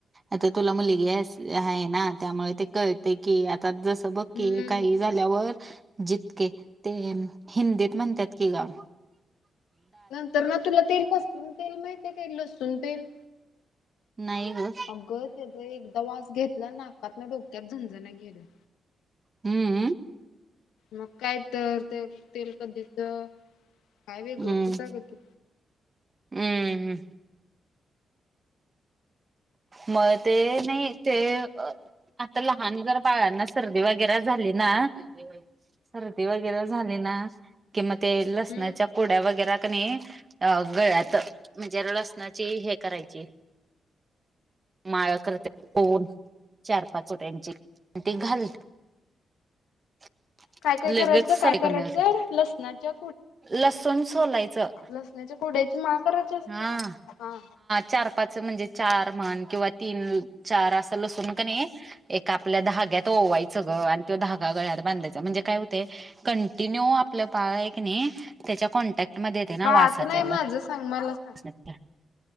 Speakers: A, on the right; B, on the left.
A: आता तुला मुलगी हायेस, हाये ना त्यामुळे ते कळते की आ अन् जसं बघ कीे
B: हम्म
A: काही झाल्यावर जितके ते हिंदीत म्हणतात की गं
B: नंतर मग तुला तेल पासूण तेल माहितीये का तेल लसून तेल?
A: नाई गं.
B: अगं तेजं एकदा वास घेतला नाकातनं डोक्यात झनझन्या गेल्या.
A: हूम्म्म.
B: मग कायतर ते तेल कधीचं, काय वेगळचं
A: हम्म
B: हुतं अगं ते
A: हम्म मं ते नई ते, अं. आता लहान जर बाळांना, सर्दी वगैरे झाली ना सर्दी वगैरे झाली ना, की म ते लसणाच्या
B: हम्म.
A: कुड्या वगैर क नई अं गळ्यात, म्हणजे लसणाची हे करायची माळ करते, ओऊन, चार पाच चोट्यांची ती घाल <inaudible>
B: काय काय करायचं
A: लगेच सर्दी
B: काय करायचं
A: कमी होते,
B: लसणाच्या
A: लसूण सोलायचं
B: लसण्याच्या कुड्याची माळ करायची असत्या?
A: हा
B: हा.
A: चार पाच म्हणजे चार म्हण किंवा तीन चार असा लसूण कं नई एक आपल्या धाग्यात ओवायचं गं, आणि तो धगा गळ्यात बांधायचा म्हणजे काय होतंय कंटिन्यू आपलं बाळ है क नई, त्याच्या कॉन्टॅक्ट मध्ये येतय ना
B: भावाचं
A: वासाच्या
B: नाही
A: लसणाच्या
B: माझं सांग मला सांग.